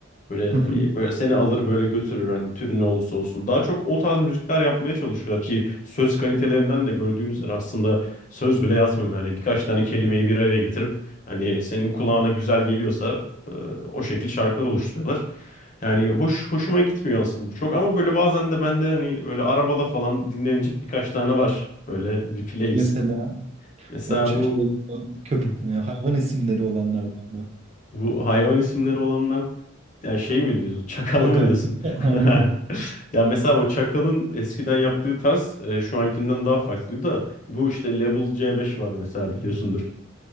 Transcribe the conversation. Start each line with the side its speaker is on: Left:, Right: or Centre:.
Left: Böyle
Right: hı hı.
Left: hani böyle seni alır böyle götürür hani türü ne olursa olsun. Daha çok o tarz müzikler yapmaya çalışıyorlar ki söz kalitelerinden de gördüğünüz üzere aslında söz bile yazmıyorlar. Hani birkaç tane kelimeyi bir araya getirip hani senin kulağına güzel geliyorsa e, o şekil şarkılar oluşturuyorlar. Yani hoş hoşuma gitmiyor asıl bu çok ama böyle bazen de bende hani böyle arabada falan dinlenecek birkaç tane var böyle bir playlist.
Right: Mesela
Left: Mesela
Right: o ç-
Left: bu
Right: şey, köp-
Left: Hı.
Right: e, hayvan isimleri olanlardan mı?
Left: bu hayvan isimleri olanlar yani şey mi diyorsun? Çakalı
Right: Çakal.
Left: mı diyorsun?
Right: <laughs> Aynen.
Left: <laughs> Ya mesela o Çakal'ın eskiden yaptığı tarz e, şu ankinden daha farklı da bu işte Level C5 var mesela biliyorsundur.